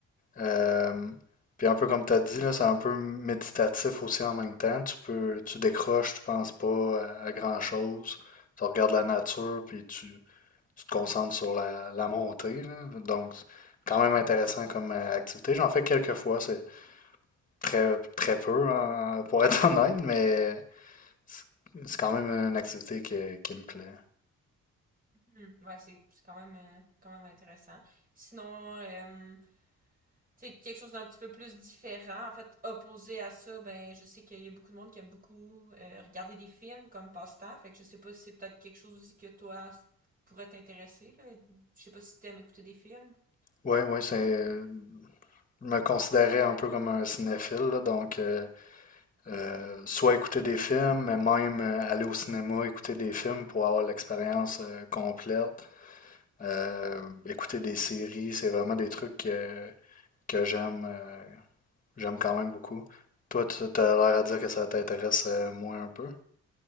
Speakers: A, on the left; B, on the right.
A: Euh, puis un peu comme tu as dit, là, c'est un peu méditatif aussi en même temps. Tu peux, tu décroches, tu penses pas à, à grand-chose. Tu regardes la nature, puis tu, tu te concentres sur la, la montée, là. Donc, c'est quand même intéressant comme euh, activité. J'en fais quelques fois, c'est très, très peu, hein, pour être <laughs> honnête, mais c'est c'est quand même une activité qui, qui me plaît.
B: Mhm. Ouais, c'est c'est quand même euh, quand même intéressant. Sinon, euh, sais, quelque chose d'un petit peu plus différent. En fait, opposé à ça, ben je sais qu'il y a beaucoup de monde qui aime beaucoup euh, regarder des films comme passe-temps. Fait que je sais pas si c'est peut-être quelque chose aussi que toi pourrait t'intéresser. là. Je sais pas si t'aimes écouter des films.
A: Oui, oui, c'est, je me considérais un peu comme un cinéphile, là, donc euh, Euh, soit écouter des films, mais même euh, aller au cinéma, écouter des films pour avoir l'expérience euh, complète. Euh, écouter des séries, c'est vraiment des trucs que, que j'aime euh, j'aime quand même beaucoup. Toi, tu as l'air à dire que ça t'intéresse euh, moins un peu.